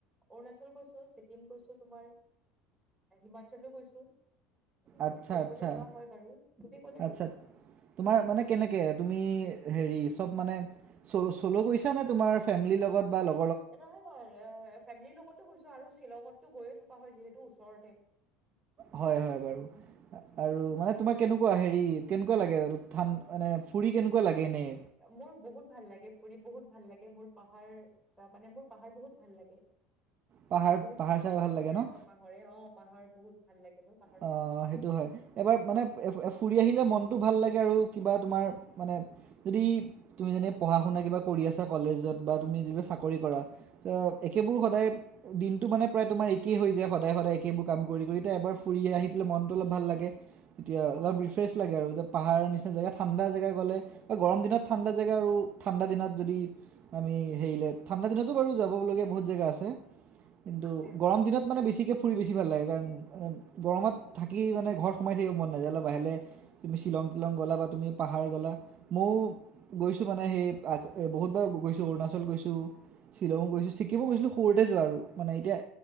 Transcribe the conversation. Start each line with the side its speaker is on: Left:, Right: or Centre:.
Centre: অৰুণাচল গৈছোঁ, ছিকিম গৈছোঁ তোমাৰ হিমাচলো গৈছোঁ। তেনেকে
Right: আচ্ছা
Centre: ফুৰিবলে
Right: আচ্ছা
Centre: যোৱা হয় বাৰু, তুমি কলৈ
Right: আচ্ছা
Centre: গৈছা?
Right: তোমাৰ মানে কেনেকে তুমি হেৰি চব মানে চল চলৌ গৈছা নে তোমাৰ- ফেমিলিৰ লগত বা লগ-
Centre: নহয় নহয়, ফেমিলিৰ লগতো গৈছো আৰু শ্বিলঙচতো গৈয়ে থকা হয় যিহেতু ওচৰতে। আৰু
Right: হয় হয় বাৰু। আৰু মানে তোমাৰ কেনেকুৱা হেৰি কেনেকুৱা লাগে ধান মানে ফুৰি কেনেকুৱা লাগে এনেই?
Centre: মোৰ বহুত ভাল লাগে ফুৰি বহুত ভাল লাগে, মোৰ পাহাৰ- চা মানে মোৰ পাহাৰ বহুত ভাল লাগে,
Right: পাহাৰ
Centre: মোৰ বহুত
Right: পাহাৰ চাহাৰ
Centre: আকৰ্ষণ
Right: ভাল লাগে
Centre: কৰে
Right: ন
Centre: আক পা- হৰে, অঁ পাহাৰ বহুত ভাল লাগে মোক।
Right: অ সেইটো সেইটো হয় এবাৰ মানে ফুৰি আহিলে মনটো ভাল লাগে আৰু কিবা তোমাৰ মানে যদি তুমি যেনে পঢ়া শুনা কিবা কৰি আছা কলেজত বা তুমি যেনিবা চাকৰি কৰা তো একেবোৰ সদায় দিনটো মানে প্ৰায় তোমাৰ একেই হৈ যায় সদায় সদায় একেইবোৰ কাম কৰি কৰি ত এবাৰ ফুৰিয়ে আহি পেলাই মনটো অলপ ভাল লাগে তেতিয়া
Centre: অ
Right: অলপ ফ্ৰেছ লাগে আৰু য'ত পাহাৰ নিচিনা জেগা ঠাণ্ডা জেগা গ'লে গৰম দিনত ঠাণ্ডা জেগা আৰু ঠাণ্ডা দিনত যদি আমি হেৰি ঠাণ্ডা দিনতো বাৰু যাবলগীয়া বহুত জেগা আছে কিন্তু
Centre: আছে আছে
Right: গৰম দিনত মানে বেছিকৈ ফুৰি বেছি ভাল লাগে কাৰণ গৰমত
Centre: অ
Right: থাকি মানে ঘৰত সোমাই থাকিব মন নাজযানে বাহিৰলৈ তুমি শ্বিলং তিলং'ল তুমি পাহাৰ গ'লা ময়ো গৈছোঁ মানে সেই বহুতবাৰ গৈছোঁ অৰুণাচল গৈছোঁ শ্বিলঙো গৈছোঁ ছিকিমো গৈছিলো সৰুতে যোৱা আৰু মানে এতিয়া